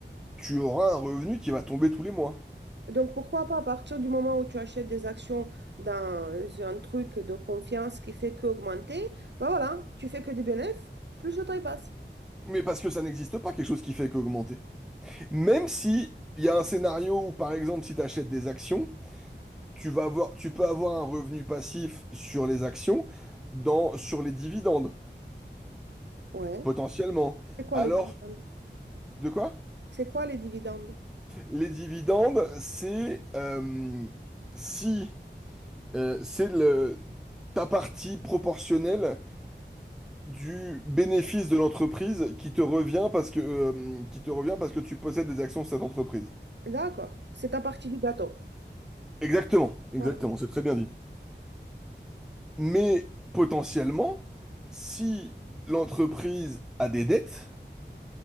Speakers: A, in the centre; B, on the right.
A: tu auras un revenu qui va tomber tous les mois.
B: Donc, pourquoi pas, à partir du moment où tu achètes des actions dans un truc de confiance qui fait qu'augmenter, bah voilà, tu fais que des bénéfices, plus le temps il passe.
A: Mais parce que ça n'existe pas, quelque chose qui fait qu'augmenter. Même si il y a un scénario où, par exemple, si tu achètes des actions, tu vas avoir, tu peux avoir un revenu passif sur les actions, dans, sur les dividendes,
B: Ouais.
A: potentiellement.
B: C'est quoi
A: Alors,
B: les dividendes?
A: de quoi?
B: C'est quoi les dividendes?
A: Les dividendes, c'est euh, si euh, c'est le ta partie proportionnelle du bénéfice de l'entreprise qui te revient parce que euh, qui te revient parce que tu possèdes des actions de cette entreprise.
B: D'accord, c'est ta partie du gâteau.
A: Exactement, exactement,
B: Voilà. Ça
A: c'est très bien dit. Mais potentiellement, si l'entreprise a des dettes